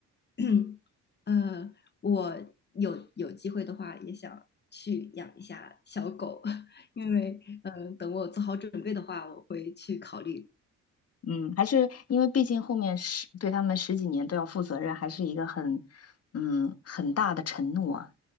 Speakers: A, on the left (about 35°); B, on the left (about 50°).
A: <clears throat> 呃，我有有机会的话也想去养一下小狗，<laughs> 因为呃，等我做好准备的话，我会去考虑。
B: 嗯，还是因为毕竟后面十对他们十几年都要负责任，还是一个很嗯很大的承诺啊，